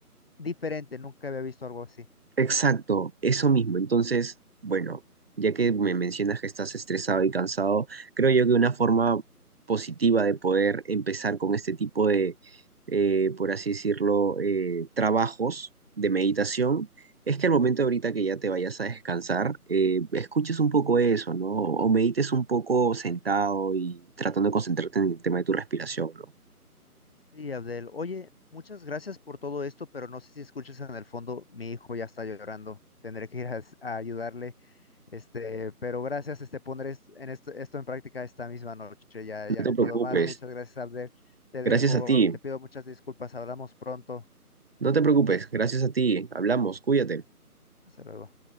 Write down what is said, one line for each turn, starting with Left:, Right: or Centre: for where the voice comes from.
Left: diferente. Nunca había visto algo así.
Right: Exacto, eso mismo. Entonces, bueno, ya que me mencionas que estás estresado y cansado, creo yo que una forma positiva de poder empezar con este tipo de, eh, por así decirlo, eh, trabajos de meditación, es que al momento ahorita que ya te vayas a descansar, eh, escuches un poco eso, ¿no? O medites un poco sentado y tratando de concentrarte en el tema de tu respiración, ¿no?
Left: Sí, Abdel. Oye, muchas gracias por todo esto, pero no sé si escuchas en el fondo, mi hijo ya está llorando. Tendré que ir a, a ayudarle. Este, pero gracias, este, pondré es- en esto, esto en práctica esta misma noche. Ya,
Right: No
Left: ya no
Right: te preocupes,
Left: puedo más. Muchas gracias, Abdel. Te dejo,
Right: gracias a ti.
Left: te pido muchas disculpas. Hablamos pronto.
Right: No te preocupes, gracias a ti. Hablamos, cuídate.
Left: Hasta luego.